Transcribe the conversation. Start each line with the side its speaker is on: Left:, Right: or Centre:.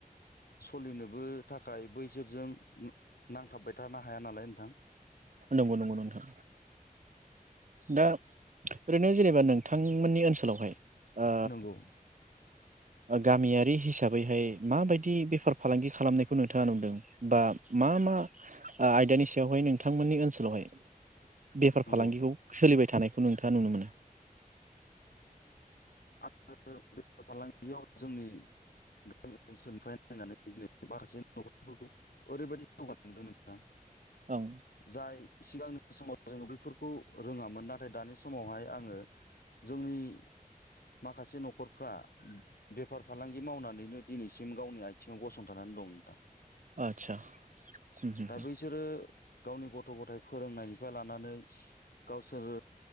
Left: सलिनोबो थाखाय बै जोरजों उम नांथाबबाय थानो हाया नालाय नोंथां।
Right: नंगौ नंगौ नोंथां। दा ओरैनो जेनेबा नोंथांमोननि ओनसोलावहाय ओ
Left: नंगौ।
Right: ओ गामियारि हिसाबैहाय माबायदि बेफार फालांगि खालामनायखौ नोंथाङा नुदों बा मा मा आयदानि सायावहाय नों थांमोननि ओनसोलावहाय बेफार
Left: नंगौ
Right: फालांगिखौ
Left: नोंथां।
Right: सोलिबाय थानाय खौ नोंथाङा नुनो मोनो?
Left: आङो बेफार फालांगियाव जोंनि गामि ओनसोलनिफ्राय नायनानै दिनै माखासे नखरफोरखौ ओरैबायदि जौगानाय नुदों नोंथां।
Right: औ
Left: जाय सिगांनि समाव जोङो बेफोरखौ रोङामोन नाथाय दानि समावहाय आङो जोंनि माखासे नखरफ्रा बेफार फालांगि थाखाय दिनैसिम गावनि आथिङाव गसंथानानै दं दा।
Right: आच्छा उम उम।
Left: बैसोरो गावनि गथ गथाइ फोरोंनायनिफाय लानानै गावसोरो